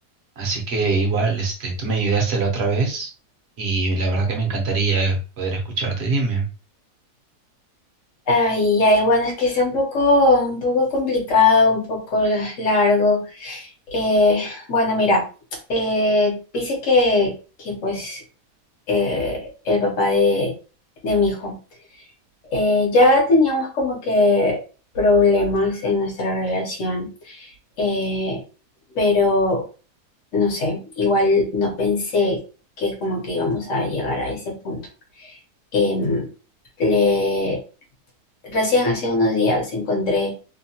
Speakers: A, on the right (about 50°); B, on the left (about 55°).
A: Así que igual, este, tú me ayudaste la otra vez y la verdad que me encantaría poder escucharte. Dime.
B: Ay, ya, y bueno, es que está un poco, un poco complicado, un poco largo. Eh, bueno, mira, eh, dice que, que pues eh, el papá de, de mi hijo, eh, ya teníamos como que problemas en nuestra relación. Eh, pero no sé, igual no pensé que como que íbamos a llegar a ese punto. Em, le, recién hace unos días encontré